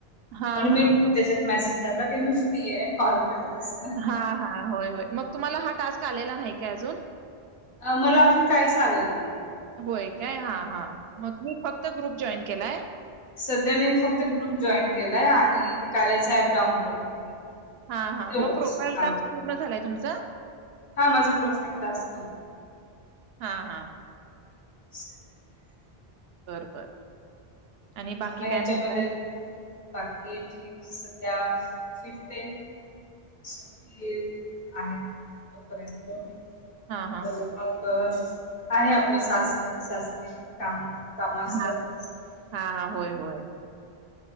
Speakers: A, on the right (about 75°); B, on the left (about 60°).
A: हां,
B: म्हणून
A: हां.
B: मी त्याच्यात
A: बरोबर.
B: मेसेज टाकला की मी फ्री आहे कॉल करा अस
A: हां, हां. होय, होय. मग तुम्हाला हा टास्क आलेला नाही काय अजून
B: अ मला अजून काहीच आलेलं नाहीय
A: होय काय हा हा मग तुम्ही फक्त ग्रुप जॉईन केलाय
B: सध्या मी फक्त ग्रुप जॉईन केलाय आणि ते कार्याच ऍप डाउनलोड केलेलं
A: हा हा
B: तेवढंच
A: मग प्रोफाईल
B: हा
A: टास्क पूर्ण झालाय तुमच
B: हा माझ प्रोफाईल टास्क कमप्लीट आहे
A: हा हा
B: <inaudible>
A: बर बर आणि
B: अच्छा
A: बाकी
B: मग ह्याच्यामध्ये
A: काय म्हणताय
B: बाकी ठीक सध्या फिरते. सुट्टी आहेत तोपर्यंत <inaudible>
A: हां, हां.
B: आहे आपलं सासर. सासरे, काम. काम असतातच.
A: हां, हां, हां.
B: <inaudible>
A: होय, होय.